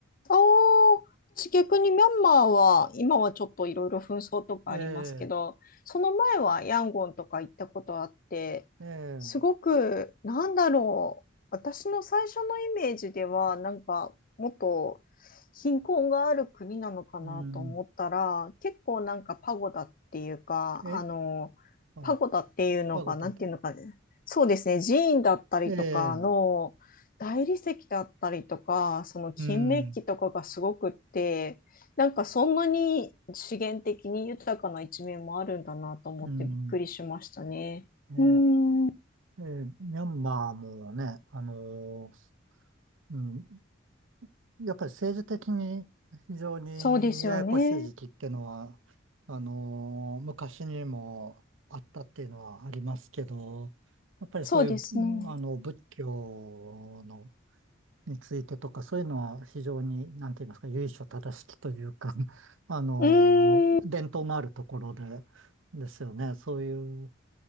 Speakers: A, on the left; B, on the right.
A: ああ、私逆にミャンマーは、今はちょっといろいろ紛争とかありますけど、
B: え
A: その前はヤンゴンとか行ったことあって、
B: え、ええ、
A: すごく、なんだろう、私の最初のイメージでは、なんか、もっと貧困がある国なのかなと思ったら、
B: うん、
A: 結構なんかパゴダっていうか、
B: え、
A: あの、
B: はい、
A: パゴダっていうのが、
B: パゴダと。
A: なんていうのかね、そうですね、寺院だったりとかの、
B: ええ、
A: 大理石だったりとか、その金メッキとかがすごくって、
B: うん、
A: なんかそんなに資源的に豊かな一面もあるんだなと思ってびっくりしましたね。
B: うん、ええ、
A: うーん、
B: ええ、ミャンマーもね、あのーうん、やっぱり政治的に非常にややこしい時期ってのは、
A: そうですよね。
B: あのー昔にもあったっていうのはありますけど、やっぱりそういう、
A: そうですね。
B: うんあの、仏教の、についてとか、そういうのは非常に、なんて言いますか、由緒正しきというか、<laughs> あのー伝統のあるところで、
A: うーん、
B: ですよね。そういう、